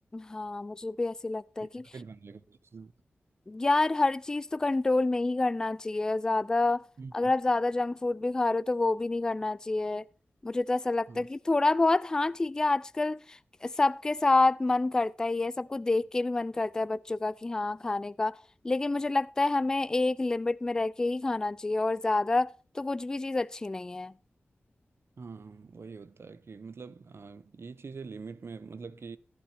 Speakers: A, on the left; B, on the right.
A: हाँ मुझे भी ऐसे लगता है
B: हैबिट
A: कि
B: बन जाएगा उस चीज़ में
A: यार हर चीज तो कंट्रोल में ही करना चाहिए ज्यादा
B: हम्म।
A: अगर आप ज्यादा जंक फूड भी खा रहे हो तो वो भी नहीं करना चाहिए मुझे तो ऐसा लगता
B: हाँ
A: है कि थोड़ा बहुत हाँ ठीक है आजकल सबके साथ मन करता ही है सबको देख के भी मन करता है बच्चों का कि हाँ खाने का लेकिन मुझे लगता है हमें एक लिमिट में रह के ही खाना चाहिए और ज्यादा तो कुछ भी चीज अच्छी नहीं है
B: हाँ वही होता है कि मतलब अ, ये चीज़ें लिमिट में मतलब कि